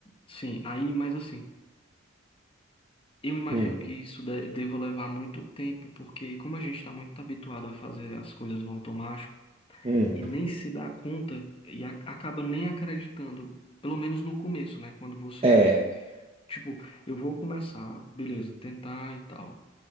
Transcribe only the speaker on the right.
Hum,
hum.
É,